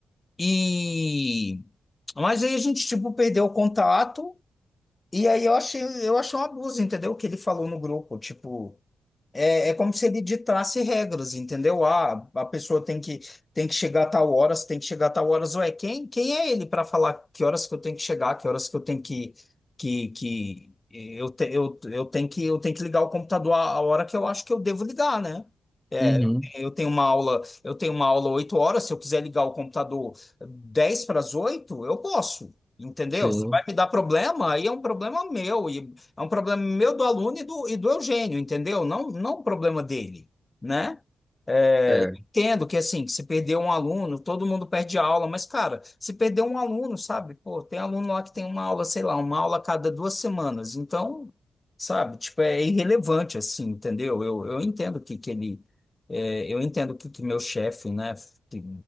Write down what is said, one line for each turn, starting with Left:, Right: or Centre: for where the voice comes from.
Left: E... Mas aí a gente, tipo, perdeu o contato, e aí eu achei, eu achei um abuso, entendeu? O que ele falou no grupo, tipo... É, é como se ele ditasse regras, entendeu? Ah, a pessoa tem que, tem que chegar a tal horas, tem que chegar a tal horas. Ué, quem, quem é ele para falar que horas que eu tenho que chegar, que horas que eu tenho que, que, que eu, te- eu, eu tenho que, eu tenho que ligar o computador a, a hora que eu acho que eu devo ligar, né? É,
Centre: Uhum.
Left: eu tenho uma aula, eu tenho uma aula 8 horas, se eu quiser ligar o computador 10 para as 8 eu posso, entendeu?
Centre: Sim.
Left: Se vai me dar problema, aí é um problema meu. e é um problema meu do aluno e do, e do Eugênio, entendeu? Não, não o problema dele, né? É,
Centre: É,
Left: entendo que assim, que se perder um aluno, todo mundo perde aula, mas cara, se perder um aluno, sabe? Pô, tem aluno lá que tem uma aula, sei lá, uma aula a cada duas semanas, então, sabe? Tipo, é irrelevante assim, entendeu? Eu, eu entendo que, que ele, é, eu entendo que, que meu chefe, né, que